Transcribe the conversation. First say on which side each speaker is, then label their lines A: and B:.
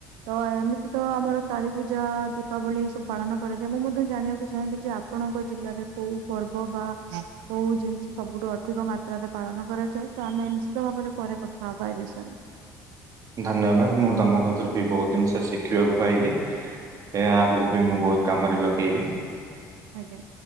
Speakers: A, on the right; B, on the right.
A: ତ ଏମିତି ତ ଆମର କାଳୀ ପୂଜା, ଦୀପାବଳି ସବୁ ପାଳନ କରାଯାଏ। ମୁଁ ମଧ୍ୟ ଜାଣିଆକୁ ଚାହିଁବି ଯେ ଆପଣଙ୍କ ଜିଲ୍ଲାରେ କୋଉ ପର୍ବ ବା କୋଉ ଜିନଷ ସବୁ ରୁ ଅଧିକ ମାତ୍ରାରେ ପାଳନ କରାଯାଏ ତ ଆମେ ନିଶ୍ଚିତ ଭାବରେ ପରେ କଥା ହବା ଏ ବିଷୟରେ
B: ଧନ୍ୟବାଦ୍। ମୁଁ ତମ କତିରୁ ବି ବହୁତ୍ ଜିନିଷ ଶିଖିବାକୁ ପାଇଲି। ଏଆ ଆଗୁକୁ ବି ମୁଁ ବହୁତ୍ କାମରେ ଲଗେଇବି।
A: ଆଜ୍ଞା।